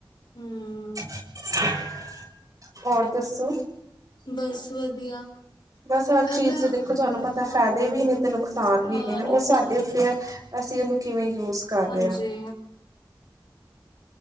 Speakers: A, on the left; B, on the right.
A: ਹਮ
B: <unintelligible> ਹੋਰ ਦੱਸੋ?
A: ਬਸ ਵਧੀਆ।
B: ਬਸ ਹਰ
A: ਯਾਰ,
B: ਚੀਜ਼
A: ਮੈਂ,
B: ਦੇ ਦੇਖੋ ਤੁਹਾਨੂੰ ਪਤਾ
A: ਹਾਂ-ਹਾਂ
B: ਫਾਇਦੇ ਵੀ ਨੇ ਤੇ ਨੁਕਸਾਨ ਵੀ ਹੈਗੇ ਨੇ
A: ਨੁਕਸਾਨ
B: ਉਹ ਸਾਡੇ ਉੱਤੇ
A: ਵੀ ਨੇ
B: ਆ ਅਸੀਂ ਉਹਨੂੰ ਕਿਵੇਂ ਯੂਜ ਕਰ
A: ਹਾਂਜੀ!
B: ਰਹੇ ਹਾਂ